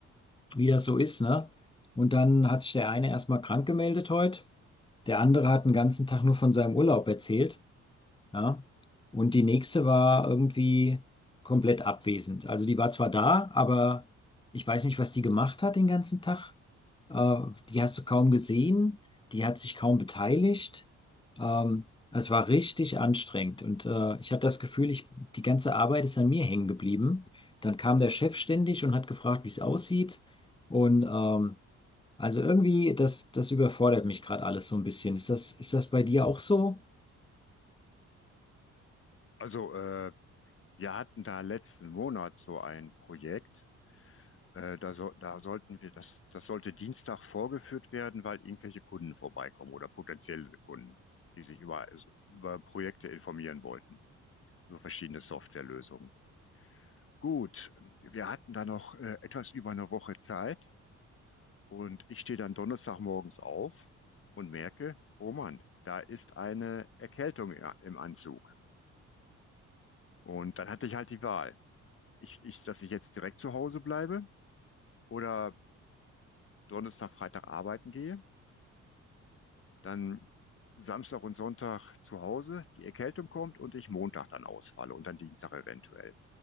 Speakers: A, on the left; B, on the left.
A: wie das so ist, ne? Und dann hat sich der eine erstmal krank gemeldet heute, der andere hat den ganzen Tag nur von seinem Urlaub erzählt, ja? Und die nächste war irgendwie komplett abwesend. Also die war zwar da, aber ich weiß nicht, was die gemacht hat den ganzen Tag. Äh, die hast du kaum gesehen, die hat sich kaum beteiligt. Ähm, es war richtig anstrengend und äh, ich hatte das Gefühl, ich, die ganze Arbeit ist an mir hängen geblieben. Dann kam der Chef ständig und hat gefragt, wie es aussieht. Und ähm, also irgendwie, das, das überfordert mich gerade alles so ein bisschen. Ist das, ist das bei dir auch so?
B: Also, äh, wir hatten da letzten Monat so ein Projekt. Äh, da, so, da sollten wir, das, das sollte Dienstag vorgeführt werden, weil irgendwelche Kunden vorbeikommen oder potenzielle Kunden, die sich über, also, über Projekte informieren wollten, über verschiedene Softwarelösungen. Gut, wir hatten da noch äh, etwas über eine Woche Zeit und ich stehe dann Donnerstagmorgens auf und merke, oh Mann, da ist eine Erkältung ja, im Anzug. Und dann hatte ich halt die Wahl. ich, ich, dass ich jetzt direkt zu Hause bleibe oder Donnerstag, Freitag arbeiten gehe, dann Samstag und Sonntag zu Hause, die Erkältung kommt und ich Montag dann ausfalle und dann Dienstag eventuell.